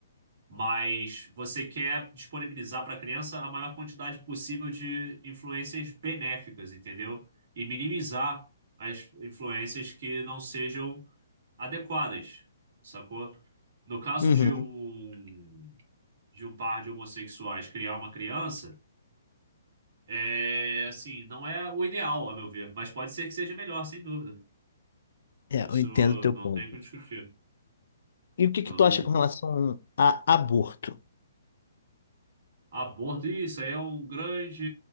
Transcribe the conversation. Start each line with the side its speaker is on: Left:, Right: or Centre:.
Right: mas você quer disponibilizar para a criança a maior quantidade possível de influências benéficas, entendeu? E minimizar as influências que não sejam adequadas, sacou? No caso
Left: uhum,
Right: de um de um par de homossexuais criar uma criança, é assim, não é o ideal, a meu ver, mas pode ser que seja melhor, sem dúvida.
Left: é,
Right: Isso
Left: eu entendo o teu
Right: não
Left: ponto.
Right: tem o que discutir.
Left: E o que
Right: Eu
Left: que tu
Right: não.
Left: acha com relação a aborto?
Right: Aborto, isso aí é um grande